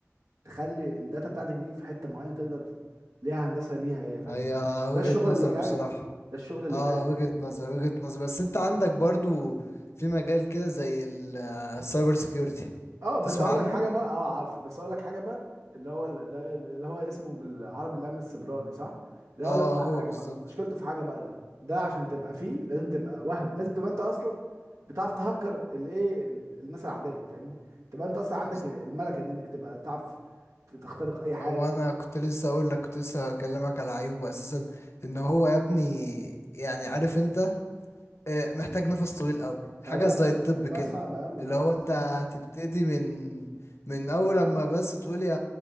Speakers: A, on the right; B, on the left.
A: تخلي الداتا بتاعتك دي في حتة معينة تقدر ليها هندسة ليها هي فاهمني
B: هي وجهة
A: ده الشغل
B: نظر
A: اللي جاي
B: بصراحة
A: ده الشغل اللي
B: اه
A: جاي
B: وجهة نظر وجهة نظر بس انت عندك برضو في مجال كده زي السايبر سيكيورتي
A: اه بس
B: تسمع
A: اقول
B: عنه
A: لك حاجه بقى اه عارفه بس اقول لك حاجه بقى اللي هو ال- ده اللي هو اسمه بالعربي الامن السيبراني صح ده
B: اه
A: اقول لك بقى
B: هو
A: حاجه
B: بالظبط
A: بقى مشكلته في حاجه بقى ده ده عشان تبقى فيه لازم تبقى وهم لازم تبقى انت اصلا بتعرف تهكر الايه ال- الناس العاديه فاهمني تبقى انت اصلا عندك
B: بز-
A: ال- الملكه دي انك تبقى تعرف تخترق اي حاجه
B: هو انا كنت لسه اقول لك كنت لسه اكلمك على عيوبه اساسا ان هو يا ابني يعني عارف انت آه، محتاج نفس طويل قوي حاجة
A: آه لا
B: زي الطب
A: الموضوع
B: كده
A: صعب قوي
B: اللي
A: لا
B: هو انت هتبتدي من من اول لما بس تقول يا